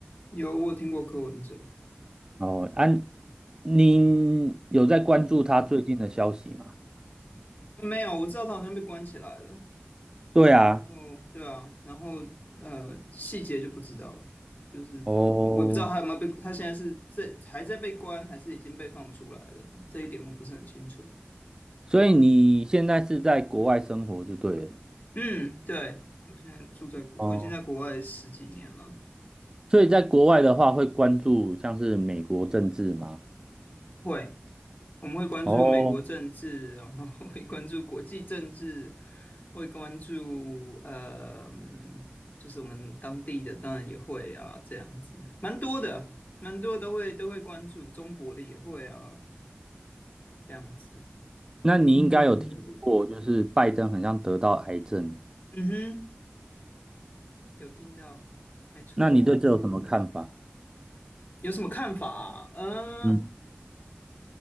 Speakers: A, on the left; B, on the right.
A: 有，我有听过柯文哲，
B: 哦，安啊，你有在关注他最近的消息吗？
A: 没有，我知道他好像被关起来了。
B: 对啊，
A: 然后，对啊，然后呃，细节就不知道了，就是我也不知道他有没有被，
B: 哦，
A: 他现在是这还在被关，还是已经被放出来了，这一点我不是很清楚。
B: 所以你现在是在国外生活就对了。
A: 嗯，对，我现在住在国我已经在国外十几年了。
B: 哦。所以在国外的话，会关注像是美国政治吗？
A: 会，我们会关注美国政治，
B: 哦，
A: 然后 <laughs> 会关注国际政治，会关注呃，嗯就是我们当地的，当然也会啊，这样子，蛮多的，蛮多都会都会关注，中国的也会啊，这样子。
B: 那你应该有听过，
A: 嗯
B: 就是拜登很像得到癌症，
A: 嗯哼，有听到，没错。
B: 那你对这有什么看法？
A: 有什么看法啊？嗯，
B: 嗯